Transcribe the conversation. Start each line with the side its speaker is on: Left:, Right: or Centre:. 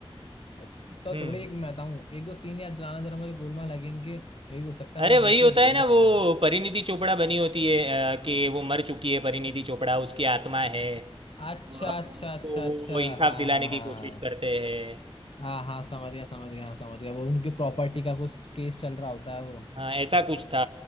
Left: अच्छा तो
Right: हम्म
Left: थोड़े एक मैं बताऊँ एक दो सीन याद दिलाना जरा मुझे गोलमाल अगेन के मे भी हो सकता है
Right: अरे
Left: मैंने
Right: वही
Left: देखी
Right: होता
Left: हुई भूल
Right: है
Left: गया
Right: ना
Left: हूँ
Right: वो
Left: मैं
Right: परिणीति चोपड़ा बनी होती है अ, कि वो मर चुकी है परिणीति चोपड़ा उसकी आत्मा है
Left: अच्छा
Right: और
Left: अच्छा
Right: उसको
Left: अच्छा अच्छा
Right: वो इंसाफ
Left: हाँ
Right: दिलाने
Left: हाँ हाँ
Right: की कोशिश करते हैं
Left: हाँ हाँ समझ गया समझ गया हाँ समझ गया वो उनकी प्रॉपर्टी का कुछ केस चल रहा होता है वो
Right: हाँ ऐसा कुछ था